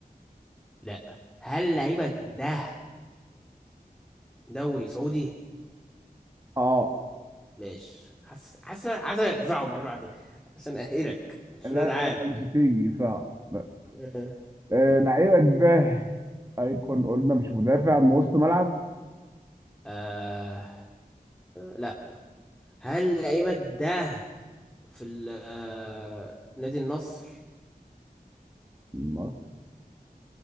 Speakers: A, in the centre; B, on the right.
A: لا هل لعيبك ده دوري سعودي
B: اه
A: ماشي حاسس حاسس عايز ارزعه مره واحدة عشان اقهرك مش
B: لا لا
A: لا تعالى
B: لا، مش هتيجي صعب لا
A: آه.
B: آه، لعيبك ده ايكون قلنا مش مدافع من وسط ملعب؟
A: آه. لا لا هل لعيبك ده في ال آه، نادي النصر
B: مص